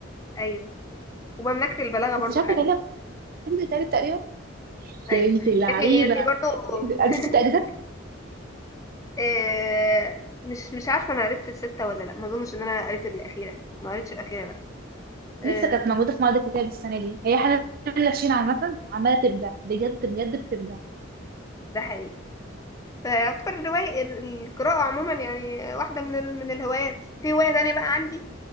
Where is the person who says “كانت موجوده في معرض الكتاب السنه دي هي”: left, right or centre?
Right